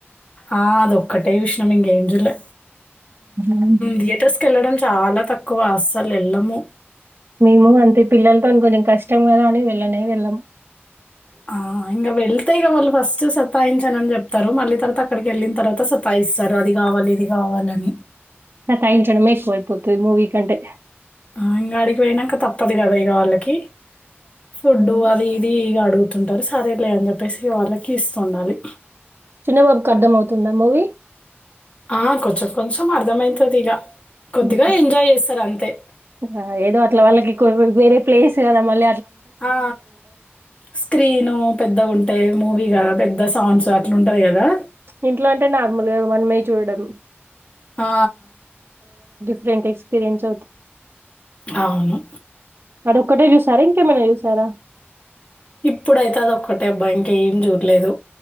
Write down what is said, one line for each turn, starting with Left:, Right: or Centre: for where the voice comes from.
Left: ఆ అద ఒక్కటే చూసినాం ఇంకేం చూల్లే
Right: హుహు.
Left: థియేటర్స్ క వెళ్ళడం చాలా తక్కువ అస్సలు వెళ్ళము
Right: మేము అంతే పిల్లలతో అని కొంచెం కష్టం కదా అని వెళ్ళనే వెళ్ళాము
Left: ఆ ఇంకా వెళ్తే ఇ వాళ్ళు ఫస్ట్ సతాయించా అని చెప్తారు మళ్ళీ తర్వాత అక్కడికి వెళ్ళిన తర్వాత సతాయిస్తారు అదిగా కావాల ఇది కావాలని
Right: స అించనమే పోయిపోతు మూవీ కంటే
Left: ఆ ఇంకా అడికి పోయినాక తప్పదు కదా ఇక వాళ్ళకి ఫుడ్
Right: అవును.
Left: అది ఇది ఇ అడుగు పతుంటారు సరేలే అని చెప్పేసి వాళ్ళకి ఇస్తుండాలి
Right: చిన్నబాబుకి అర్థం అవుతుందా మూవీ
Left: ఆ కొంచెం కొంచెం అర్థమైతుది ఇక కొద్దిగా
Right: హుహు.
Left: ఎంజాయ్ చేస్తారు అంతే
Right: ఆ! ఏదో అట్లా వాళ్ళకి వేరే ప్లేస్ కద మళ
Left: ఆ స్క్రీను పెద్దగుంటే మూవీ కదా పెద్ద సాంగ్స్ అట్లా ఉంటాది కదా
Right: ఇంట్లో అంటే నార్మల్గా మనమే చూడడం
Left: ఆ
Right: ఫరెట్ ఎక్స్పీరియన్స్
Left: అవును
Right: అడ ఒక్కటే చ్యూసారా ఇంకెమనా చూసారా
Left: ఇప్పుడైతే అద ఒక్కటే అబ్బాయి ఇంక ఏం చూడలేదు